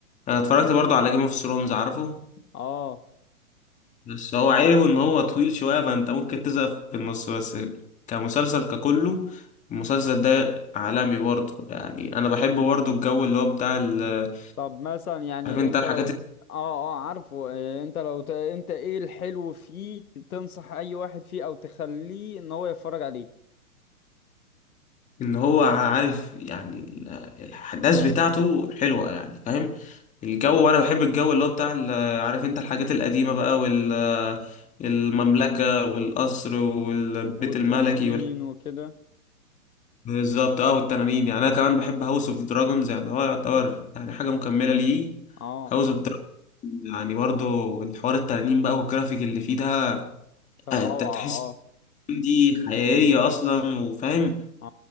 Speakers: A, on the left (about 15°); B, on the left (about 75°).
A: أنا اتفرجت برضه على جيم اوف ثرونز عارفه
B: اه
A: بس هو عيبه ان هو طويل شوية فانت ممكن تزهق في النص بس كمسلسل ككله المسلسل ده عالمي برضه يعني انا بحب برضه الجو اللي هو بتاع ال-
B: طب مثلا يعني
A: عارف
B: ال-
A: انت
B: انت
A: الحاجات
B: لو اه
A: اللي-
B: اه عارفه آه، انت لو ت... انت ايه الحلو فيه تنصح اي واحد فيه او تخليه ان هو يتفرج عليه
A: ان هو عارف يعني ال- الاحداث بتاعته حلوة يعني فاهم الجو وانا بحب الجو اللي هو بتاع ال- عارف انت الحاجات القديمة بقى وال المملكة والقصر والبيت
B: والتنانين
A: الملكي
B: وكده
A: بالظبط اه والتنانين يعني انا كمان بحب هاوس اوف دراجونز يعني هو يعتبر يعني حاجه مكمله ليه
B: اه
A: هاوس اوف دراجونز يعني برضو الحوار التنانين بقى والجرافيك اللي فيه ده
B: كان
A: آه،
B: روعة
A: انت تحس
B: اه
A: إن دي حقيقيه اصلا وفاهم
B: اه